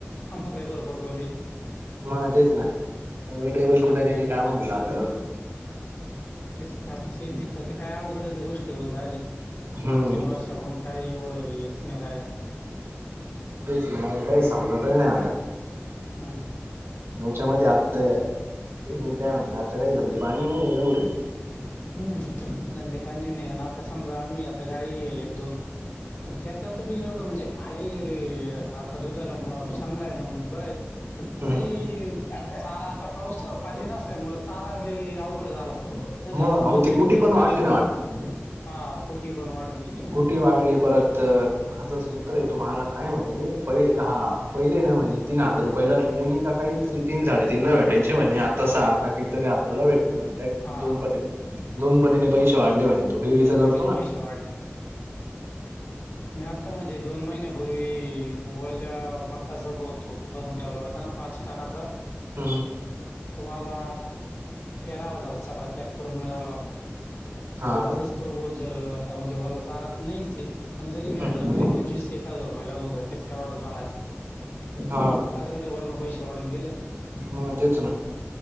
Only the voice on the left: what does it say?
आम्हाला बर. उपरकध
तेच तर आता शेतीच तर काय अवघडच गोष्टी होऊन राले
दोन तीन वर्षाप काही एवढं स्नेर आहेत.
हम्म.
हम्म धंदे पाणी नाही ना आता समजा आम्ही आता गाई आहे एक दोन पण त्याच तर बी एवढं म्हणजे अ आता दुधाला चांगलाय म्हणून बरं आहे.
तरी चारा आता पाऊस पाणी नसल्यामुळ चारा ब अवघड झाला न जात.
बोध
भी
भरून ठेल
पण हा कुठी पण वाढून गेली ना
हम्म,
हा
हम्म,
दोन पटीने
पैसे
वाढले मी आत्ता म्हणजे दोन महिने पूर्वी वल्या मकाचा बघतो भरून ठेवला होताना पाच टाणाचा.
तुम्हाला तेरा हजार सकाळा पॅक करून मिळाला होता. आणि
आजच
तो बो जर आता म्हणजे वल्ला सारा तर नाहीच. पण जरी भेटला
तरी पंचवीस ते एक हजार रुपये लागून जातील तेवढाच बारा आहेत.
अरक डबल ना पैसे वाढून गेले.